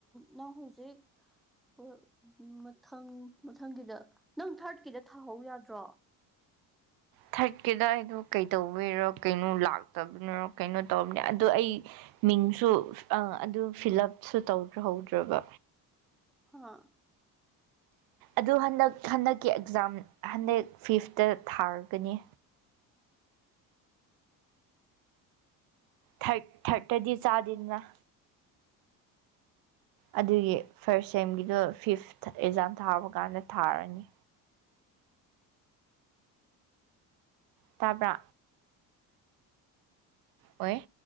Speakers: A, in the centre; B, on the right.
A: ꯅꯪ ꯍꯧꯖꯤꯛ ꯑꯣ ꯃꯊꯪ ꯃꯊꯪꯒꯤꯗ ꯅꯪ ꯊꯥꯔꯠꯀꯤꯗ ꯊꯥꯍꯧ ꯌꯥꯗ꯭ꯔꯣ
B: ꯊꯥꯔꯠꯀꯤꯗ ꯑꯩꯗꯣ ꯀꯩꯗꯧꯕꯔꯣ ꯀꯩꯅꯣ ꯂꯥꯛꯇꯕꯅꯔꯣ ꯀꯩꯅꯣ ꯇꯧꯕꯅꯤ ꯑꯗꯣ ꯑꯩ ꯃꯤꯡꯁꯨ ꯑꯗꯨ ꯐꯤꯜ ꯎꯞꯁꯨ ꯇꯧꯍꯧꯗ꯭ꯔꯕ
A: ꯍꯥꯥ
B: ꯑꯗꯨ ꯍꯟꯗꯛ ꯍꯟꯗꯛꯀꯤ ꯑꯦꯛꯖꯥꯝ ꯍꯟꯗꯛ ꯐꯤꯐꯇ ꯊꯥꯔꯒꯅꯤ ꯊꯥꯕ꯭ꯠ ꯊꯥꯔꯇꯔꯗꯤ ꯆꯥꯗꯅꯤꯉꯥꯢ ꯑꯗꯨꯒꯤ ꯐꯥꯔꯁ ꯁꯦꯝꯒꯤꯗꯣ ꯐꯤꯐ ꯑꯦꯛꯖꯥꯝ ꯊꯥꯔꯕ ꯀꯥꯟꯗ ꯊꯥꯔꯅꯤ ꯇꯥꯕ꯭ꯔꯥ ꯑꯣꯏ